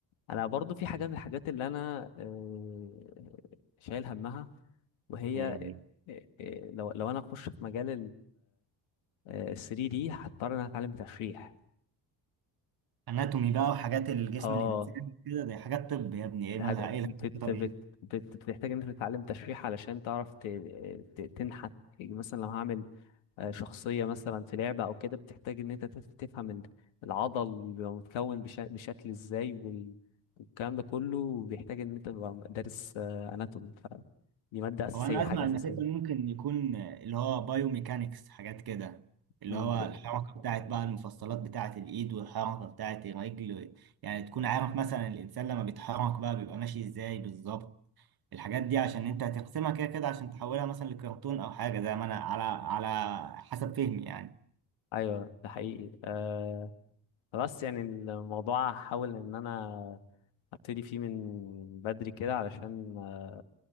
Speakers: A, on the left; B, on the right.
A: انا برضو في حاجه من الحاجات اللي انا آه، شايل همها وهي
B: إيه.
A: آه، آه، لو لو انا اخش في مجال ال 3 دي هضطر ان انا اتعلم تشريح
B: اناتومي بقى وحاجات الجسم
A: اه
B: الانساني كده دي حاجات طب يا ابني ايه
A: دي
B: مالها
A: حاجه
B: ايه الهبل
A: بت
B: ده؟ طب
A: بت بت بتحتاج ان انت تتعلم تشريح علشان تعرف ت- آه، ت- تنحت يعني مثلا لو هعمل آه، شخصية مثلا في لعبة أو كده بتحتاج إن أنت تف- تفهم ال- العضل بيبقى متكون بشا- بشكل إزاي وال- والكلام ده كله بيحتاج إن أنت تبقى دارس أناتومي فدي مادة أساسية
B: هو انا اسمع
A: حاجة أساسية
B: انك انت ممكن يكون اللي هو بايوميكانكس حاجات كده اللي
A: مم.
B: هو الحركه بتاعت بقى المفصلات بتاعت الايد والحركه بتاعت الرجل يعني تكون عارف مثلا الانسان لما بيتحرك بقى بيبقى ماشي ازاي بالظبط الحاجات دي عشان انت هتقسمها كده كده عشان تحولها مثلا لكرتون او حاجه زي ما انا على على حسب فهمي يعني
A: أيوه ده حقيقي أه بس يعني الموضوع هحاول إن أنا أبتدي فيه من بدري كده علشان آه،